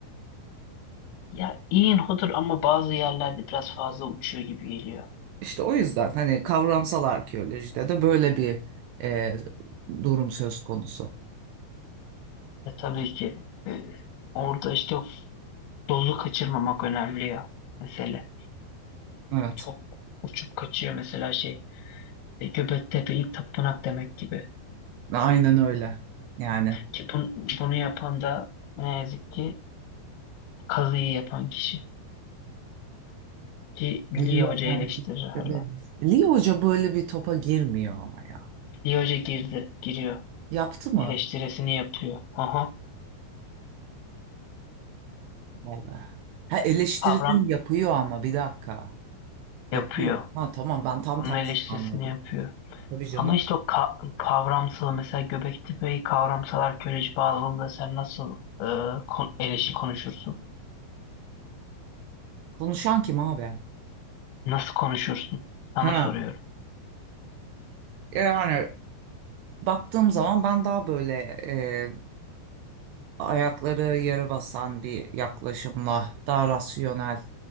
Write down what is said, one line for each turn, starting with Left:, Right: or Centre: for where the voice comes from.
Left: Ya iyi hodur ama bazı yerlerde biraz fazla uçuyor gibi geliyor.
Right: İşte o yüzden hani kavramsal arkeolojide de böyle bir e, durum söz konusu.
Left: Ya tabii ki e, orada işte dozu kaçırmamak önemli ya mesele.
Right: Evet,
Left: Çok uçup kaçıyor mesela şey e, Göbektepe ilk tapınak demek gibi.
Right: aynen öyle. Yani
Left: Ki bun- bunu yapan da ne yazık ki kazıyı yapan kişi. Ki Liye
Right: Leo,
Left: Hoca
Right: Ponti-
Left: eleştirir hala.
Right: evet. Leo Hoca böyle bir topa girmiyor ama ya.
Left: Liye Hoca girdi, giriyor.
Right: Yaptı mı?
Left: Eleştirisini yapıyor. Aha.
Right: Vallahi. Ha eleştirisini
Left: Avram
Right: yapıyor ama bir dakika.
Left: yapıyor.
Right: Yapıyor. Ha tamam ben tam
Left: Bunun
Right: tersini
Left: eleştirisini
Right: anladım.
Left: yapıyor.
Right: Tabii canım.
Left: Ama işte o ka- kavramsal mesela Göbekli Bey kavramsalar köleci bağlamında sen nasıl e, kon- eleşi konuşursun?
Right: Konuşan kim abi?
Left: Nasıl konuşursun? Sana
Right: Ha
Left: soruyorum.
Right: yani baktığım zaman ben daha böyle e, ayakları yere basan bir yaklaşımla daha rasyonel